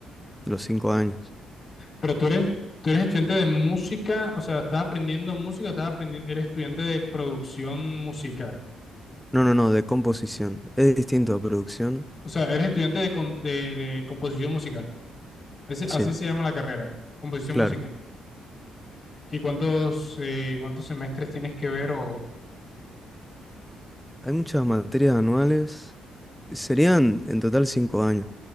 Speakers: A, in the centre; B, on the left (about 35°).
A: los cinco años.
B: Pero tú eres, tú eres estudiante de música, o sea, estás aprendiendo música, estás aprendiendo, eres estudiante de producción musical.
A: No, no, no, de composición. Es distinto a producción.
B: O sea, eres estudiante de, con- de, de composición musical. Así,
A: Sí,
B: así se llama la carrera, composición
A: claro.
B: musical. ¿Y cuántos, eh, cuántos semestres tienes que ver? O,
A: Hay muchas materias anuales. Serían en total cinco años.